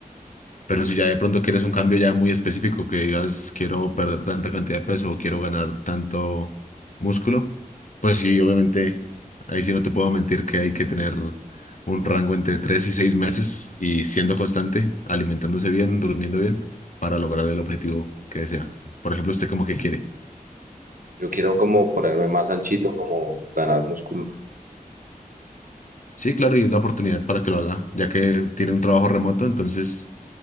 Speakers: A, on the left (about 55°); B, on the right (about 70°).
A: Pero si ya de pronto quieres un cambio ya muy específico, que digas quiero perder tanta cantidad de peso o quiero ganar tanto músculo, pues sí, obviamente, ahí sí no te puedo mentir que hay que tener un rango entre 3 y 6 meses y siendo constante, alimentándose bien, durmiendo bien, para lograr el objetivo que desea. Por ejemplo, usted como que quiere.
B: Yo quiero como ponerme más anchito, como ganar músculo.
A: Sí, claro, y es la oportunidad para que lo haga, ya que tiene un trabajo remoto, entonces